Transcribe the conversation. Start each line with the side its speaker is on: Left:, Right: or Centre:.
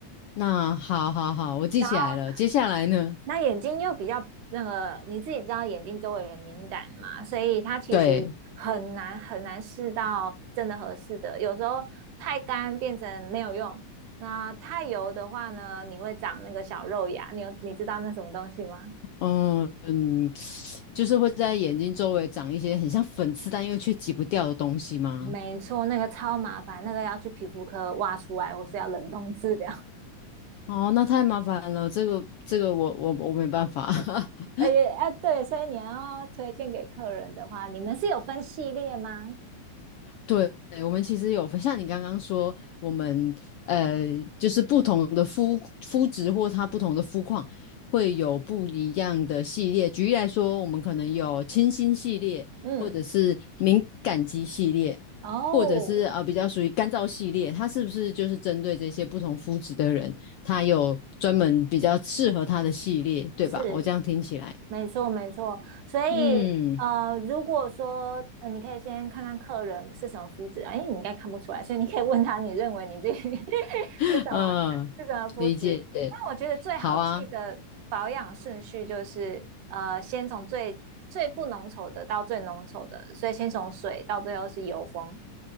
Left: 那好好好，我记起来了。
Right: 然后
Left: 接下来呢？
Right: 那眼睛又比较那个，你自己知道眼睛周围很敏感嘛，所以它其实很难很难试到真的合适的，
Left: 对，
Right: 有时候太干变成没有用，那太油的话呢，你会长那个小肉芽，你有你知道那什么东西吗？
Left: 嗯嗯，就是会在眼睛周围长一些很像粉刺，但又却挤不掉的东西吗？
Right: 没错，那个超麻烦，那个要去皮肤科挖出来，或是要冷冻治疗。
Left: 哦，那太麻烦了，这个这个我我我没办法。<laughs>
Right: 哎哎，哎对，所以你要推荐给客人的话，你们是有分系列吗？
Left: 对，我们其实有分像你刚刚说，我们呃，就是不同的肤肤质或它不同的肤况，会有不一样的系列。举例来说，我们可能有清新系列，
Right: 嗯，
Left: 或者是敏感肌系列，
Right: 哦，
Left: 或者是啊、呃、比较属于干燥系列。它是不是就是针对这些不同肤质的人，它有专门比较适合它的系列，对吧？
Right: 是。
Left: 我这样听起来，
Right: 没错，没错。所以，
Left: 嗯，
Right: 呃，如果说，呃，你可以先看看客人是什么肤质啊，因为你应该看不出来，所以你可以问他，你认为你自己 <laughs>
Left: <laughs>
Right: 是什么是什么肤质？
Left: 呃，理解，
Right: 但我觉得最好记的保养顺序就是，
Left: 好啊。
Right: 呃，先从最最不浓稠的到最浓稠的，所以先从水到最后是油封，